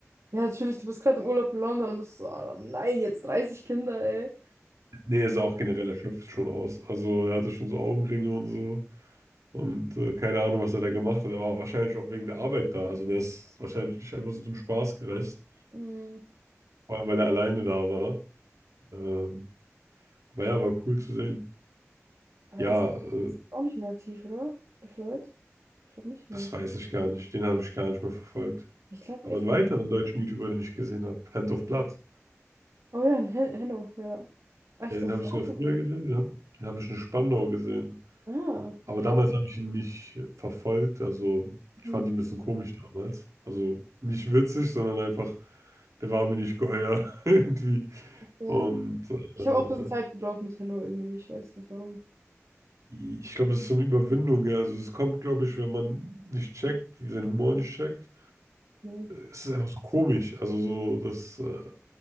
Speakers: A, on the right (about 70°); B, on the right (about 85°).
A: Ja, natürlich, du bist gerade im Urlaub in London, dann bist du so, ah, nein, jetzt 30 Kinder, ey.
B: Nee, er sah auch generell erschöpft schon aus. Also er hatte schon so Augenringe und so. Und äh, keine Ahnung, was er da gemacht hat. Er war wahrscheinlich auch wegen der Arbeit da. Also der ist wahrscheinlich nicht einfach so zum Spaß gereist.
A: Mhm.
B: Vor allem, weil er alleine da war. Ähm, aber ja, war cool zu sehen.
A: Aber
B: Ja,
A: er ist,
B: äh,
A: er ist auch nicht mehr aktiv, oder? LeFloid? Ich glaube nicht mehr.
B: das weiß ich gar nicht. Den habe ich gar nicht mehr verfolgt.
A: Ich glaube
B: Aber
A: echt.
B: einen weiteren deutschen YouTuber, den ich gesehen habe, Hand of Blood.
A: Oh ja, in Hen Henno, ja. Echt,
B: Ja, den
A: das ist
B: habe ich
A: auch
B: sogar früher
A: cool.
B: gesehen, den habe den hab ich in Spandau gesehen.
A: Ah,
B: Aber
A: okay.
B: damals habe ich ihn nicht verfolgt, also ich
A: Mhm.
B: fand ihn ein bisschen komisch damals. Also nicht witzig, sondern einfach, der war mir nicht geheuer <laughs> irgendwie.
A: Ja.
B: Und
A: Ich
B: äh,
A: habe auch ein bisschen Zeit gebraucht mit Henno irgendwie, ich weiß nicht warum.
B: ich glaube, das ist so eine Überwindung, ja. Also es kommt, glaube ich, wenn man nicht checkt, wie sein Humor nicht checkt.
A: Mhm.
B: Es ist einfach so komisch. Also so, das, äh,